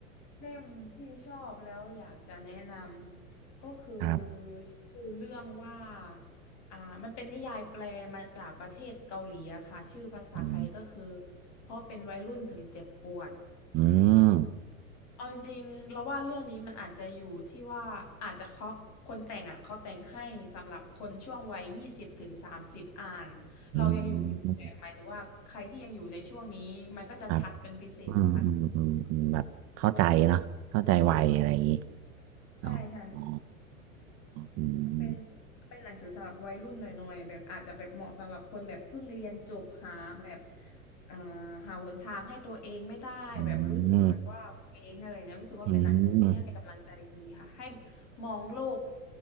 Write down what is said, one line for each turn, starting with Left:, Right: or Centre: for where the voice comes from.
Left: เล่มที่ชอบแล้วอยากจะแนะนำก็คือ
Right: ครับ
Left: ชื่อเรื่องว่าอ่ามันเป็นนิยายแปลมาจากประเทศเกาหลีอะค่ะชื่อภาษาไทยก็คือ
Right: อืม
Left: เพราะเป็นวัยรุ่นถึงเจ็บปวด
Right: อืม
Left: เอาจริงๆ เราว่าเรื่องนี้มันอาจจะอยู่ที่ว่าอาจจะเพราะคนแต่งอ่ะเขาแต่งให้สำหรับคนช่วงวัยยี่สิบถึงสามสิบอ่านเรายังอยู่แบบหมายถึงว่าใครที่ยังอยู่ในช่วงนี้มันก็จะทัดเป็นพิเศษค่ะ
Right: อืมครับอืมอืมอืมอืมแบบเข้าใจเนาะเข้าใจไวอะไรอย่างนี้
Left: ใช่ค่ะ
Right: อ๋ออ๋ออืม
Left: มันเป็นเป็นหนังสือสำหรับวัยรุ่นหน่อยๆแบบอาจจะแบบเหมาะสำหรับคนแบบเพิ่งเรียนจบหาแบบเอ่อหาหนทางให้ตัวเองไม่ได้แบบรู้สึกแบบว่าเคว้งอะไรเนี่ยรู้สึกว่าเป็นหนังสือที่ให้กำลังใจดีค่ะให้
Right: อืมอืม
Left: มองโลก